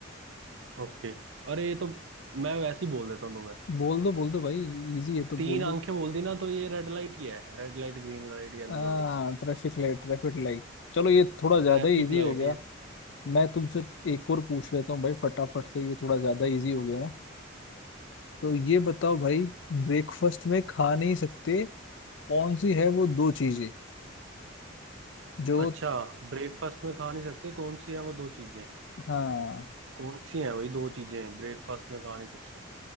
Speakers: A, on the right; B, on the left.
A: ओके अरे ये तो मैं वैसे ही बोल देता हूँ तुम्हें
B: बोल दो बोल दो भाई इजी है तो
A: तीन
B: बोल दो
A: आंखें बोल दी ना तो ये रेड लाइट ही है red light green light yellow
B: आ
A: light
B: ट्रैफिक लाइट ट्रैफिक लाइट चलो ये थोड़ा ज्यादा
A: Traffic
B: ही इजी
A: light
B: हो गया
A: ये
B: मैं तुमसे एक और पूछ लेता हूँ भाई फटाफट से ये थोड़ा ज्यादा इजी हो गया ना तो ये बताओ भाई ब्रेकफास्ट में खा नहीं सकते कौन सी है वो दो चीजें जो
A: अच्छा ब्रेकफास्ट में खा नहीं सकते कौन सी है वो दो चीजें
B: हाँ
A: कौन सी है वही दो चीजें ब्रेकफास्ट में खा नहीं सकते